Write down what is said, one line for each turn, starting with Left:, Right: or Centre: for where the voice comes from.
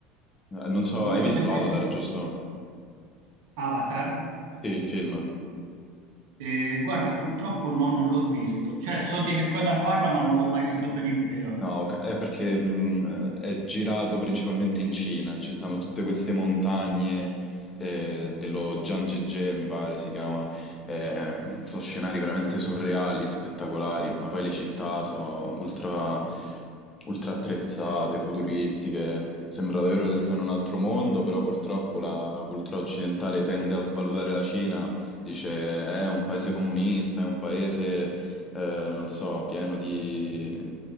Left: Eh, Non so,
Right: Non
Left: hai
Right: so
Left: visto
Right: nemmeno
Left: Avatar, giusto?
Right: Avatar.
Left: Sì, il film.
Right: E, guarda, purtroppo no, non l'ho visto. Cioè, so di che cosa parla, ma non l'ho mai visto per intero.
Left: No, ok, è perché mh, è girato principalmente in Cina, ci stanno tutte queste montagne eh, dello Zhangjiajie, mi pare si chiama, eh, sono scenari veramente surreali e spettacolari, ma poi le città sono ultra, ultra attrezzate, futuristiche, sembra davvero di stare in un altro mondo, però purtroppo la cultura occidentale tende a svalutare la Cina Dice è un paese comunista, è un paese, eh, non so, pieno di,